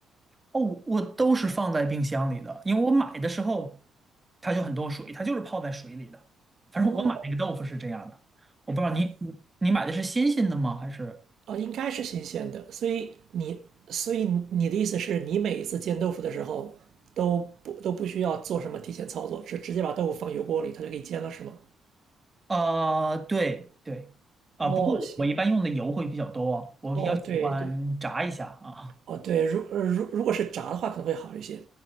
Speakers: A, on the right; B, on the right.
A: 哦，我都是放在冰箱里的，因为我买的时候它就很多水，它就是泡在水里的。反正我买那个豆腐是这样的，
B: 哦，
A: 我不知道你你你买的是新鲜的吗？还是
B: 哦，应该是新鲜的，所以你，所以你的意思是你每一次煎豆腐的时候都不都不需要做什么提前操作，是直接把豆腐放油锅里，它就给你煎了，是吗？
A: 呃，对对，啊、
B: 哦，
A: 不过我我一般用的油会比较多，
B: 行，
A: 我比较喜欢炸一下啊
B: 哦，对对，哦对，如呃如如果是炸的话可能会好一些。